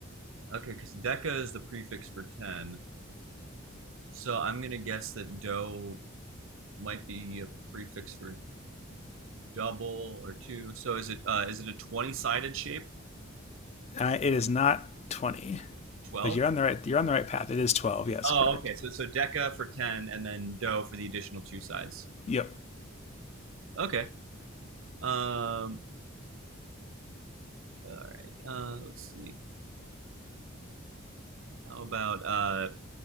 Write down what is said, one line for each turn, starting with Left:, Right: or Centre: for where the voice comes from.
Right: Okay, because deca is the prefix for 10. So I'm going to guess that do might be a prefix for double or two. So is it uh, is it a 20-sided shape?
Left: Uh, it is not twenty,
Right: 12?
Left: but you're on the right. You're on the right path. It is twelve. Yes,
Right: Oh,
Left: correct.
Right: okay. So so deca for 10 and then do for the additional two sides.
Left: Yep.
Right: Okay. Um all right. Uh let's see. How about uh